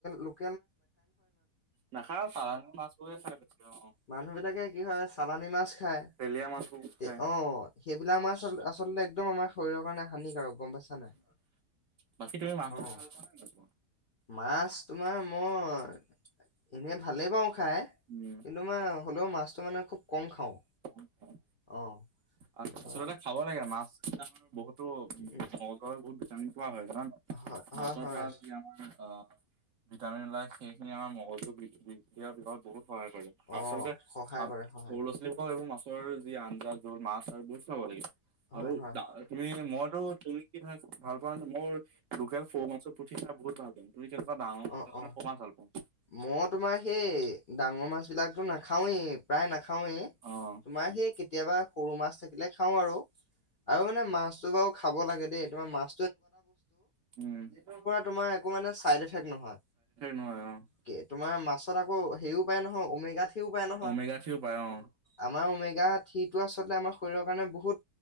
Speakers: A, on the left; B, on the right.
A: লোকে
B: নাখায় চালানী মাছ বোৰে খাই বেছি অ,
A: মানুহ বিলাকে কি হয় চালানী মাছ খায়।
B: তেলীয়া মাছবোৰ
A: তে
B: খাই,
A: অ', সেইবিলাক মাছ আচল- আচলতে একদম আমাৰ শৰীৰৰ কাৰণে হানিকাৰক গম পাইছা নাই।
B: বাকী তুমি মাছ
A: অ',
B: খায় ভাল পোৱা নাই?
A: মাছ তোমাৰ মই এনে ভালেই পাওঁ খাই। কিন্তু
B: উম
A: মই হ'লেও মাছটো মানে খুব কম খাওঁ।
B: <unintelligible>
A: অ
B: আচলতে
A: তাৰপা
B: খাব লাগে মাছ আমাৰ বহুতো
A: উম
B: মগজুৰ বহুত ভিটামিন পোৱা হয় কাৰণ
A: হয়
B: মাছৰ
A: হয় হয়
B: পৰা যি আমাৰ আহ ভিটামিন ওলাই সেইখিনি আমাৰ মগজুৰ বৃদ্ধিৰ বহুত সহায় কৰে আচলতে
A: অ সহায় কৰে সহায়
B: সৰু
A: কৰে
B: ল'ৰা ছোৱালীবোৰক এইবোৰ মাছৰ যি আন মাছ আৰু বহুত চাব লাগে
A: হয়
B: আৰু
A: হয়
B: তুমি মইতো তুমি কি ভাল পোৱা না মোৰ লোকেল ফৌ মাছৰ পুঠি খাই বহুত ভাল পাওঁ তুমি কেনেকুৱা ডাঙৰে
A: অ অ
B: মাছ ভাল পাওঁ
A: মই তোমাৰ সেই ডাঙৰ মাছ বিলাকতো নাখাওৱেই প্ৰায় নাখাওৱেই
B: অ।
A: তোমাৰ সেই
B: <unintelligible>
A: কেতিয়াবা সৰু মাছ থাকিলে খাওঁ আৰু আৰু মানে মাছটো বাৰু খাব লাগে দেই তোমাৰ মাছ
B: উম <unintelligible>
A: তোমাৰ একো মানে চাইড এফেক্ট নহয়
B: নহয় অ
A: কে- তোমাৰ মাছত আকৌ হেৰিও পায় নহয় ওমেগা থ্ৰীও পায় নহয়
B: উমেগাখিও পায় অ
A: আমাৰ ওমেগা থ্ৰীটো আচলতে আমাৰ শৰীৰৰ কাৰণে বহুত